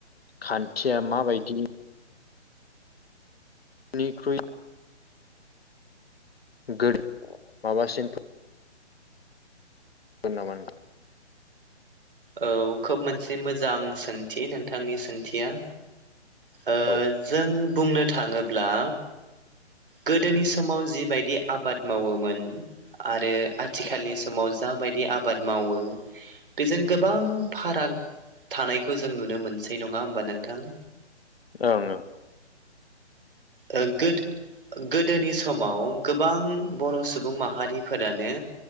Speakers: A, on the left; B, on the right.
A: खान्थिया माबायदि निख्रुइ गोदो माबासिन मोननामा
B: औ खोब मोनसे मोजां सोंथि नोंथांनि सोंथिया ओ
A: ओं
B: जों बुंनो थांङोब्ला गोदोनि समाव जिबायदि आबाद मावोमोन आरो आथिखालनि समाव जा माबायदि आबाद मावो बेजों गोबां फाराग थानायखौ जों नुनो मोनसै नंङा होमबा नोंथां
A: ओं
B: ओ गोद गोदोनि समाव गोबां बर' सुबुं माहारिफोरानो